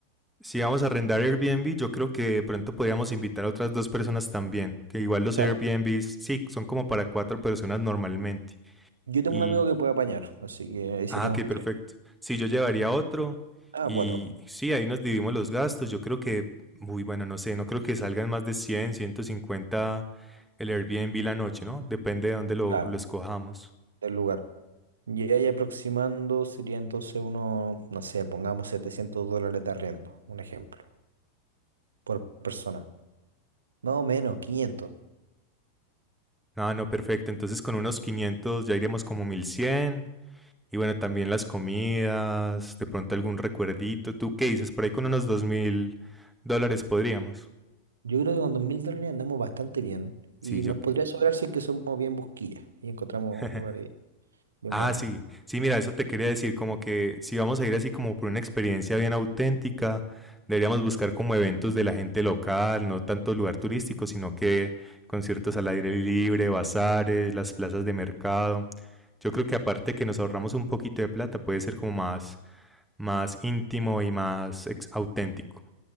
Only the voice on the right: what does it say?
Claro.
Yo tengo
un amigo que puede apañar, así que ahí
seríamos
tres.
Ah,
cuatro.
Claro.
del lugar. Y ahí aproximando sería entonces uno, no sé, pongamos 700 dólares de arriendo, un ejemplo, por persona. No menos, quinientos
Yo creo que con 2.000 dólares andamos bastante bien
y
nos podría sobrar si es que somos bien busquillas y encontramos
lugares bien
buenos.